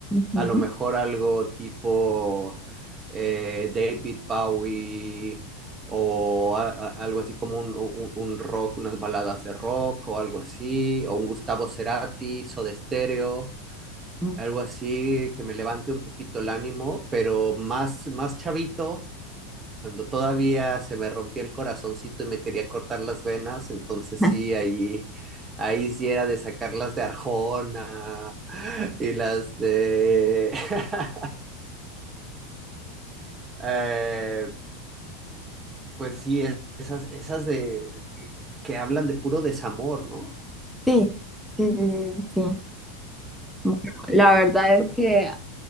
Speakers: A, in the centre; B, on the right.
A: Ujú.
B: a lo mejor algo tipo eh, David Bowie o a- a- algo así como un, un- un rock, unas baladas de rock o algo así, o un Gustavo Cerati, Soda Stereo,
A: Mm.
B: algo así que me levante un poquito el ánimo, pero más, más chavito, cuando todavía se me rompía el corazoncito y me quería cortar las venas, entonces
A: <laughs>
B: sí, ahí... Ahí sí era de sacarlas de Arjona y las de <laughs> Eh, pues sí, es- esas, esas de que hablan de puro desamor, ¿no?
A: Sí, sí, sí, sí, sí. Bueno, La verdad es que